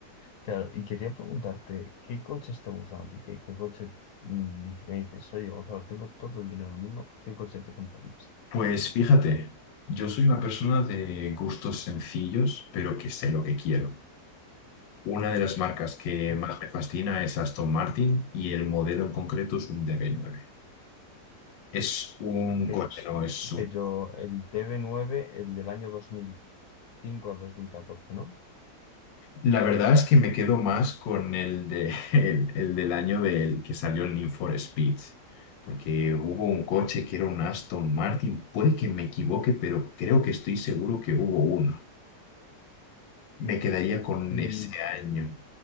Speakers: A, on the left; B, on the left.
A: claro. Y quería preguntarte, ¿qué coches te gustan a ti? ¿Qué, qué coche mm, dice- me dices, oye, Gonzalo, tengo todo el dinero del mundo, ¿qué coche te comprarías?
B: Pues fíjate, yo soy una persona de gustos sencillos, pero que sé lo que quiero. Una de las marcas que
A: Ujú.
B: más me fascina es Aston Martin y el modelo en concreto es un db nueve Es un
A: Pe-
B: coche, no es un
A: Pero el db nueve el del año dos mil cinco a dos mil catorce ¿no?
B: La verdad es que me quedo más con el, de, <laughs> el, el del año del que salió el Need for Speed, porque hubo un coche que era un Aston Martin, puede que me equivoque, pero creo que estoy seguro que hubo uno. Me quedaría con
A: y
B: ese año.